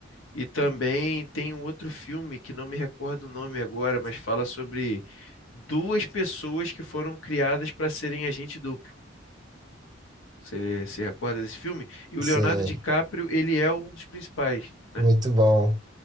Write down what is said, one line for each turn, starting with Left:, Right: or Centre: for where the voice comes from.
Left: E também tem um outro filme que não me recordo o nome agora, mas fala sobre duas pessoas que foram criadas para serem agente duplo. Você se recorda desse filme? E
Right: sim,
Left: o Leonardo DiCaprio, ele é um dos principais. né?
Right: muito bom.